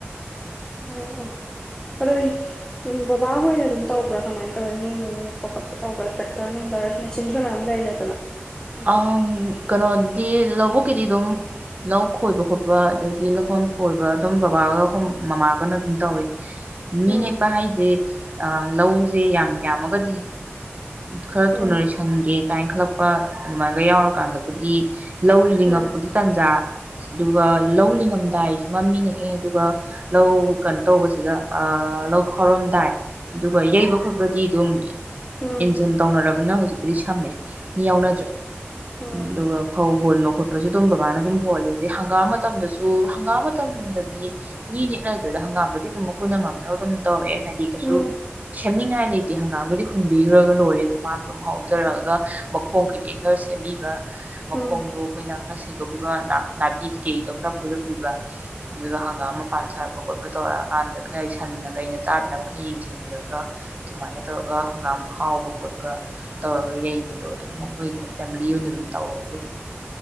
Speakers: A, on the left; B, on the right.
A: ꯑꯣ ꯑꯣ ꯑꯗꯣ ꯕꯕꯥꯍꯣꯏꯅ ꯑꯗꯨꯝ ꯇꯧꯕ꯭ꯔꯥ ꯀꯃꯥꯏꯅ ꯇꯧꯋꯦ ꯃꯤ ꯅꯨꯡ ꯅꯦꯛꯄ ꯈꯣꯠꯄ ꯇꯧꯕ꯭ꯔꯥ ꯇ꯭ꯔꯦꯛꯇꯔ ꯅꯨꯡꯗꯥꯔ ꯃꯦꯆꯤꯟꯁꯨ ꯃꯌꯥꯝ ꯂꯩꯔꯦꯗꯅ ꯑꯗꯣ
B: ꯑ ꯀꯩꯅꯣꯗꯤ ꯂ ꯊꯕꯛꯀꯤꯗꯤ ꯑꯗꯨꯝ ꯂꯧ ꯈꯣꯏꯕ ꯈꯣꯠꯄ ꯑꯗꯒꯤ ꯂꯧꯈꯣꯟ ꯈꯣꯏꯕ ꯑꯗꯨꯝ ꯕꯕꯥꯒ ꯃꯃꯥꯒꯅ ꯑꯗꯨꯝ ꯇꯧꯏ ꯃꯤꯅꯦ
A: ꯎꯝ
B: ꯄꯍꯖꯦ ꯂꯧꯁꯦ ꯌꯥꯝ ꯌꯥꯝꯃꯒꯗꯤ ꯈꯔ
A: ꯎꯝ
B: ꯊꯨꯅ ꯂꯣꯏꯁꯟꯒꯦ ꯀꯥꯏꯅ ꯈꯜꯂꯛꯄ ꯑꯗꯨꯃꯥꯏꯒ ꯌꯥꯎꯔꯀꯥꯟꯗꯕꯨꯗꯤ ꯂꯧ ꯂꯤꯡꯉꯛꯄꯒꯤ
A: ꯎꯝ
B: ꯇꯥꯟꯖꯥ ꯑꯗꯨꯒ ꯂꯧ ꯂꯤꯡꯉꯝꯗꯥꯏꯁꯤ ꯃ ꯃꯤ ꯅꯦꯛꯑꯦ ꯑꯗꯨꯒ ꯂꯧ ꯀꯩꯅꯣ ꯇꯧꯕꯁꯤꯒ ꯂꯧ ꯈꯥꯎꯔꯝꯗꯥꯏ ꯑꯗꯨꯒ ꯌꯩꯕ ꯈꯣꯠꯄꯗꯤ ꯑꯗꯨꯝ
A: ꯎꯝ
B: ꯏꯟꯖꯤꯟ ꯇꯧꯅꯔꯕꯅꯤꯅ ꯍꯧꯖꯤꯛ ꯄꯨꯄ꯭ꯔꯤ ꯁꯝꯃꯦ ꯃꯤ ꯌꯥꯎꯅꯗ꯭ꯔꯦ
A: ꯎꯝ
B: ꯑꯗꯨꯒ ꯐꯧ ꯍꯣꯜ ꯈꯣꯠꯄꯁꯨ ꯑꯗꯨꯝ ꯕꯕꯥꯅ ꯑꯗꯨꯝ ꯍꯣꯜꯂꯦ ꯑꯗꯩ ꯍꯪꯒꯥꯝ ꯃꯇꯝꯗꯁꯨ ꯍꯪꯒꯥꯝ ꯃꯇꯝꯗꯗꯤ ꯃꯤ ꯅꯦꯛꯅꯗ꯭ꯔꯦꯗ ꯍꯪꯒꯥꯝꯗꯗꯤ ꯑꯗꯨꯝ ꯑꯩꯈꯣꯏꯅ ꯉꯝꯅꯕ ꯑꯗꯨꯝ ꯇꯧꯔꯛꯑꯦ ꯍꯥꯏꯗꯤ ꯀꯩꯁꯨ
A: ꯎꯝ ꯎꯝ
B: ꯁꯦꯝꯅꯤꯡꯉꯥꯏ ꯂꯩꯦ ꯍꯪꯒꯥ ꯀꯒꯗꯤ ꯍꯣꯏ ꯄꯕꯤꯈ꯭ꯔꯒ ꯂꯣꯏꯔꯦ ꯑꯗꯨ ꯃꯥꯅ ꯑꯗꯨꯝ ꯍꯥꯎꯖꯔꯛꯑꯒ ꯃꯈꯣꯡ ꯀꯩꯀꯩ ꯈꯔ ꯁꯦꯝꯕꯤꯕ꯭ꯔ ꯃꯈꯣꯡꯗꯣ
A: ꯎꯝ
B: ꯑꯩꯈꯣꯏꯅ ꯈꯔ ꯁꯦꯡꯗꯣꯛꯄꯤꯕ ꯅꯥꯄꯤ ꯀꯦꯗꯣ ꯈꯔ ꯐꯣꯏꯗꯣꯛꯄꯤꯕ ꯑꯗꯨꯒ ꯍꯪꯒꯥꯝ ꯃꯄꯥꯟ ꯁꯥꯔꯛꯄ ꯈꯣꯠꯄ ꯇꯧꯔꯛꯑꯀꯥꯟꯗ ꯈꯔ ꯁꯟꯅ ꯀꯩꯅ ꯆꯥꯗꯅꯕ ꯈꯔ ꯌꯦꯡꯁꯤꯟꯕꯤꯔꯒ ꯑꯗꯨꯨꯃꯥꯏꯅ ꯇꯧꯔ ꯍꯪꯒꯥꯝ ꯈꯥꯎꯕ ꯈꯣꯠꯄ ꯇꯧꯔꯒ ꯌꯩꯕꯗꯣ ꯑꯗꯨꯝ ꯃꯈꯣꯏꯒꯤꯅ ꯐꯦꯃꯤꯂꯤ ꯑꯣꯏꯅ ꯑꯗꯨꯝ ꯇꯧꯔꯋꯦ ꯑꯗꯨꯒꯤꯗꯤ